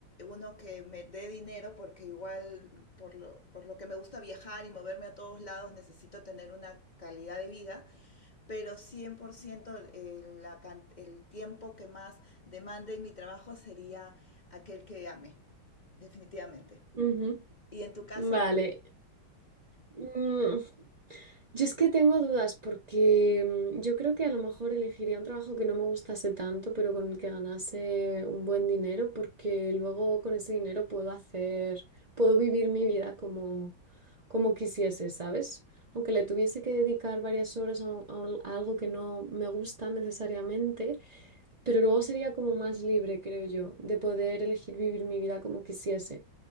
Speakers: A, on the left (about 45°); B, on the right (about 85°).
A: uno que me dé dinero porque igual por lo, por lo que me gusta viajar y moverme a todos lados necesito tener una calidad de vida pero 100% el, la el tiempo que más demande en mi trabajo sería aquel que ame, definitivamente.
B: Ujú.
A: ¿Y en tu caso?
B: Vale. Mm, Yo es que tengo dudas porque mm, yo creo que a lo mejor elegiría un trabajo que no me gustase tanto, pero con el que ganase un buen dinero, porque luego con ese dinero puedo hacer, puedo vivir mi vida como, como quisiese, ¿sabes? Aunque le tuviese que dedicar varias horas a, a un- a algo que no me gusta necesariamente, pero luego sería como más libre, creo yo, de poder elegir vivir mi vida como quisiese.